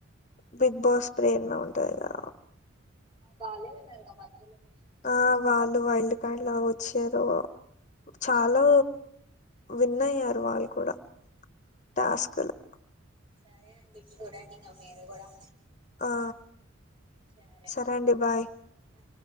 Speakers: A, on the left (about 35°); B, on the right (about 25°).
A: బిగ్ బాస్ ప్రేరణ ఉంటాది కదా
B: వాళ్ళే విన్నరుగా మధ్యలో వచ్చన్నారు
A: ఆ వాళ్ళు వైల్డ్ కార్డ్లా వచ్చారు. చాలా విన్నయ్యారు వాళ్ళు కూడా టాస్కులు
B: సరే అండి చూడండింగ మీరు కూడా
A: ఆ
B: సరే
A: సరేండి బాయ్.
B: బాయ్.